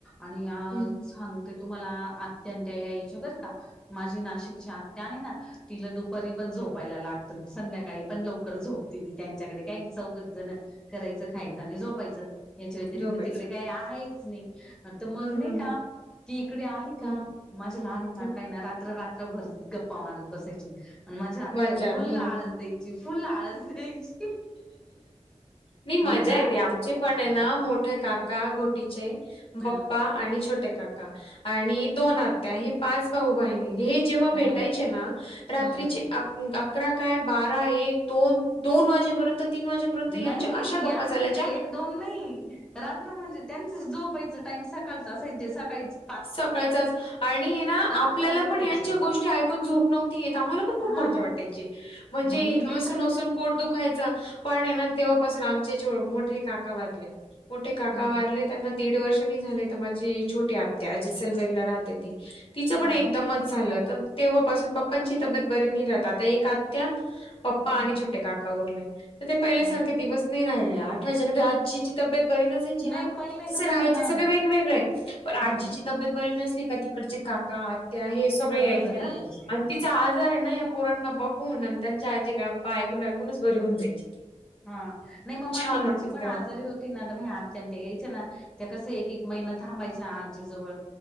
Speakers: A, in the centre; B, on the left.
A: आणि
B: हं.
A: सांगते तुम्हाला आत्या त्या यायच्या बरं का. माझे नाशिकची आत्या हे ना. तिला दुपारी पण झोपायला लागतं संध्याकाळी पण लवकर झोपते ती त्यांच्याकडे काही चौवगच जण - करायचं खायचं आणि झोपायचं. याच्या व्यतिरिक्त
B: झोपायचं.
A: तिकडे काही आहेच नाही तर मग
B: हं,
A: नाही
B: हं,
A: का
B: हं.
A: ती इकडे आली का?
B: हं,
A: माझ्या लहाने काका
B: हं.
A: ना रात्र - रात्र भर गप्पा मारत बसायचे. आणि माझा आत्या
B: मजा.
A: फुल
B: हं.
A: आळस दयचे फुल फुल आळस दयचे.
B: नाही मजा
A: ना
B: येते आमचे पण
A: ह
B: आहे ना मोठ्या काका - का घोटीचे
A: ह
B: बप्पा. आणि छोटे काका आणि दोन आत्या हे पाच भाऊ बहिणी हे. जेव्हा
A: ह
B: भेटायचे ना रात्रीचे
A: ह
B: अकरा काय बारा एक दोन. दोन वाजेपर्यंत तीन वाजेपर्यंत.
A: नाही
B: यांच्या अशा गप्पा
A: आमच्याकडे
B: चालायच्या
A: एक दोन. नाही रात्र म्हणजे त्यांच झोपायचं टाईम सकाळचा असायच सकाळीचं.
B: सकाळचाच आणि आपल्याला
A: अकराला उठायचे
B: पण यांच्या गोष्टी ऐकून झोप नव्हती येत आम्हाला- खूप
A: हा
B: मजा वाटायची म्हणजे
A: नाही मी
B: हसून
A: लेटरली
B: हसून पोट दुखायचा पण ना तेव्हा- तेव्हा पासून आमचे मोठे काका वाारले मोठे काका
A: हम्म
B: वाारले- त्यांना दीड वर्षनी झाले तर माझी छोटी आत्या जसलमेरला राहते ती तिचं
A: हा
B: पण एकदमच. झालं तर तेव्हापासून पप्पांची तब्येत बरी नाही राहत आता एक आत्या. पप्पा
A: हम्म
B: आणि छोटे काका उरले तर ते पहिल्यासारखे
A: हा
B: दिवस नाही राहिले आठवायच्या आजीची. तबेत बरी नसायची ना
A: नाही पहिले
B: जसं
A: कसं
B: राहायचे
A: हा
B: सगळे वेगवेगळे पण आजी.
A: हम्म
B: तब्येत बरी नसली का तिकडचे काका आत्या हे सगळे
A: सर्वजण
B: यायचे ना आणि
A: हा
B: तिचा आजार आहे ना- पोरांना बघून आणि त्यांच्या आजी गप्पा ऐकून ऐकूनच बरी होऊन जायची ती.
A: हा नाही मग माझ्या
B: छान वाटायचं
A: आजी पण
B: तेव्हा
A: आजारी होती ना तर मग आत्या ते यायचे ना त्या कसं एक- एक महिन्यातं. थांबायच्या आजीजवळ